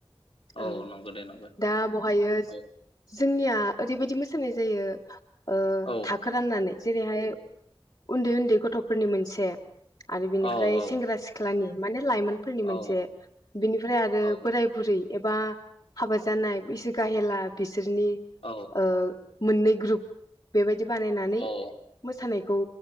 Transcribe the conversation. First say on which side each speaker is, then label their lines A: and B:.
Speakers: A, on the left; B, on the left.
A: औ
B: ओं
A: नंगौ दे नंगौ
B: दा बहायो
A: औ
B: जोंनिया ओरैबायदि मोसानाय जायो ए
A: औ
B: थाखो राननानै जेरैहाय उन्दै उन्दै गथ'फोरनि मोनसे आरो बिनिफ्राय
A: औ औ
B: सेंग्रा सिख्लानि। माने लाइमोनफोरनि मोनसे
A: औ
B: बेनिफ्राय आरो
A: औ
B: बोराय, बुरै एबा हाबा जानाय बैसो गाहेला बि बिसोरनि
A: औ
B: ओ मोननै ग्रुप बेबायदि बानायनानै
A: औ
B: मोसानाय खौ